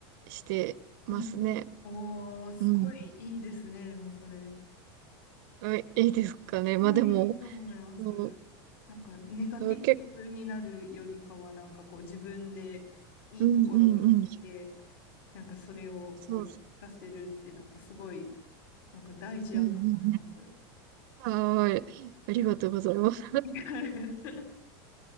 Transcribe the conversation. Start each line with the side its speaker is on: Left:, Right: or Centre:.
Right: してますね。
Left: うんうん。おー、すごいいいですね、
Right: うん。
Left: でもそれ。
Right: あ、いいですかね。
Left: ね、
Right: まあでも、
Left: いいと思います。
Right: そう、
Left: なんか、ネガティブになるよりかは、
Right: そう結
Left: なんかこう、自分でいいところ見つけて、
Right: 構、うんうんうん。
Left: なんかそれをこう、
Right: そう、
Left: 活かせるって、なんかすごい、なんか大事やと思います。
Right: うんうんうん。はーい。ありがとうございます。
Left: <laughs>